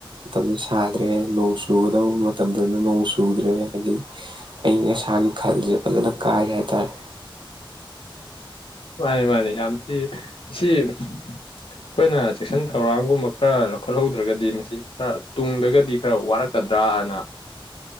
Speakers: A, on the right; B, on the left.
A: ꯝꯁꯗ꯭ꯔꯦ ꯅꯣꯡ ꯆꯨꯒꯗꯕ ꯃꯇꯝꯗꯅ ꯅꯣꯡ ꯆꯨꯗ꯭ꯔꯦ ꯍꯥꯏꯗꯤ ꯑꯏꯪ ꯑꯁꯥꯒꯤ ꯈꯜꯁꯦ ꯐꯖꯅ ꯀꯥꯔꯤꯦ ꯍꯥꯏꯇꯥꯔꯦ
B: ꯃꯥꯅꯤ ꯃꯥꯅꯤ ꯌꯥꯝ ꯊꯤ ꯃꯁꯤ ꯑꯩꯈꯣꯏꯅ ꯆꯦꯛꯁꯤꯟ ꯊꯧꯔꯥꯡꯒꯨꯝꯕ ꯈꯔ ꯂꯧꯈꯠꯍꯧꯗ꯭ꯔꯒꯗꯤ ꯃꯁꯤ ꯈꯔ ꯇꯨꯡꯗꯒꯗꯤ ꯈꯔ ꯋꯥꯔꯛꯀꯗ꯭ꯔꯥꯅ